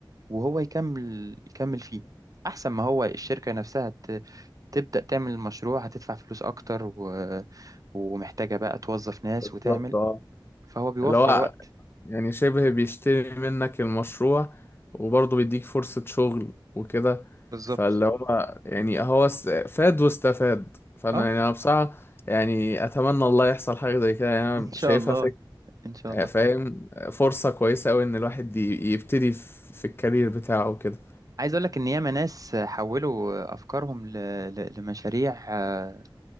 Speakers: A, on the right; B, on the left.
A: وهو يكمل يكمل فيه احسن ما هو الشركة نفسها ت- تبدأ تعمل المشروع هتدفع فلوس اكتر و... ومحتاجة بقى توظف ناس
B: بالظبط
A: وتعمل
B: اه
A: فهو بيوفر
B: اللي هو
A: وقت
B: يعني شبه بيشتري منك المشروع وبرضه بيديك فرصة شغل وكده
A: بالظبط
B: فاللي هو يعني هو س- فاد واستفاد فأنا
A: اه
B: يعني أنا بصراحة يعني أتمنى الله يحصل حاجة زي كده يعني أنا
A: ان شاء
B: شايفها
A: الله ان شاء
B: آه،
A: الله
B: فاهم آه، فرصة كويسة أوي إن الواحد ي- يبتدي في في الكارير بتاعه وكده
A: عايز اقول لك ان ياما ناس حولوا افكارهم ل... ل... لمشاريع آه،